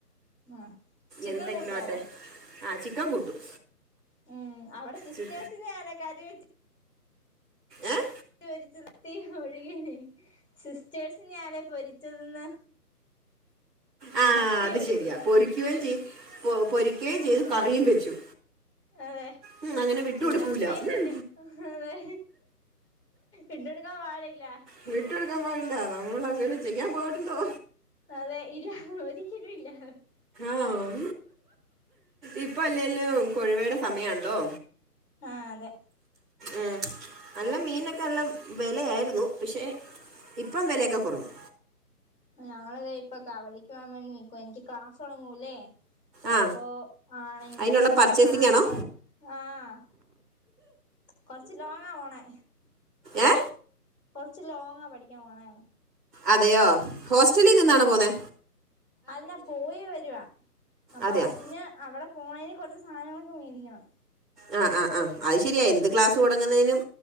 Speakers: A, on the left; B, in the centre.
A: ആ ചിക്കൻ
B: എന്തെങ്കിലും
A: കൂട്ടാവോ
B: ആവട്ടെ. ആ ചിക്കൻ കൂട്ടും.
A: ഉം അവിടെ സിസ്റ്റേഴ്സിനെയാര
B: ചി-
A: കരി വെച്ച
B: ഏഹ്
A: പൊരിച്ചെത്തി ഒഴികെ <unintelligible> സിസ്റ്റേഴ്സിനീയരെ പൊരിച്ചതന്ന്
B: ആ
A: മത്തി
B: അത്
A: ഒഴികെ
B: ശരിയാ പൊരിക്കുകയും ചെയ് പൊ- പൊരിക്കുകയും ചെയ്ത് കറിയും വെച്ചു
A: അതെ
B: ഉം, അങ്ങനെ വിട്ടുകൊടുക്കൂല
A: ഇവടെ അമ്മേം
B: ഉം,
A: കുഞ്ഞും അതെ ഇട്ടെടുക്കാൻ പാടില്ല
B: വിട്ട് കൊടുക്കാൻ പാടില്ല നമ്മളങ്ങനെ ചെയ്യാൻ പാടുണ്ടോ
A: അതെ ഇല്ലാ ഒരിക്കെലുല്ലാ
B: ആഹ് ഇപ്പ അല്ലേലും കൊഴുവേടെ സമയാണ്ല്ലോ
A: ആഹ് അതെ
B: ഏഹ് നല്ല മീനൊക്കെ നല്ല വെലയാരുന്നു പഷേ ഇപ്പോം വെലെക്കെ കൊറഞ്ഞു
A: ഞങ്ങള് ദേ ഇപ്പൊ കവലക്ക് പോവാൻ വേണ്ടി നിക്കുവാ എനിക്ക് ക്ലാസ് തുടങ്ങൂല്ലേ അപ്പൊ
B: ആ
A: ആണെങ്കി
B: അതിനുള്ള
A: കുറച്ച്
B: പർച്ചേസിംഗ്
A: സാധനങ്ങള്
B: ആണോ
A: ആഹ് കൊറച്ച് ലോങ്ങാ പോണേ
B: ഏ
A: കുറച്ച് ലോങ്ങാ പഠിക്കാ പോണെ
B: അതെയോ ഹോസ്റ്റലിൽ നിന്നാണോ പോണെ
A: അല്ല പോയി വരുവാ അപ്പൊ
B: അതെയോ
A: അതിന് അവിടെ പോണന് കുറച്ച് സാധനങ്ങളൊക്കെ മേടിക്കണം
B: ആ ആ ആ അത് ശരിയാ എന്ത് ക്ലാസ് തുടങ്ങുന്നതിനും